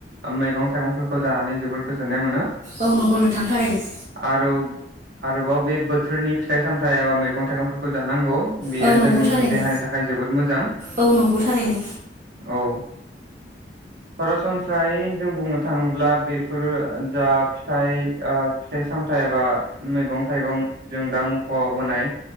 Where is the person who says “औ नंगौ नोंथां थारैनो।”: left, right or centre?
Right